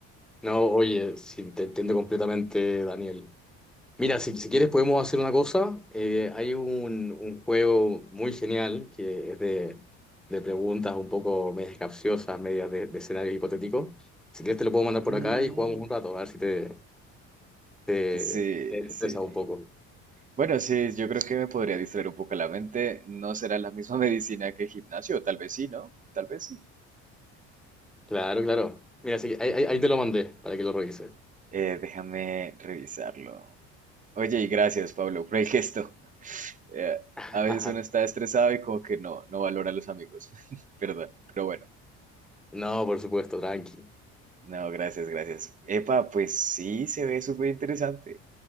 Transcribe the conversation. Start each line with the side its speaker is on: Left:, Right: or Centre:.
Centre: No, oye, sí, te entiendo completamente, Daniel. Mira, si, si quieres podemos hacer una cosa. Eh, hay un, un juego muy genial que es de, de preguntas un poco medias capciosas, medias de, de escenarios hipotéticos. Si quieres te lo puedo mandar por
Right: Mm,
Centre: acá y jugamos un rato, a ver si te, te,
Right: sí,
Centre: te estresas
Right: sí.
Centre: un poco.
Right: Bueno, sí, yo creo que me podría distraer un poco la mente. No será la misma <laughs> medicina que el gimnasio, tal vez sí, ¿no? Tal vez sí.
Centre: Claro, claro. Mira, así que ahí, ahí- ahí te lo mandé para que lo revises.
Right: Eh, déjame revisarlo. Oye, y gracias, Pablo, por el gesto. <laughs> Eh,
Centre: <laughs>
Right: a veces uno está estresado y como que no, no valora a los amigos. <laughs> Perdón, pero bueno.
Centre: No, por supuesto, tranqui.
Right: No, gracias, gracias. Epa, pues sí, se ve súper interesante,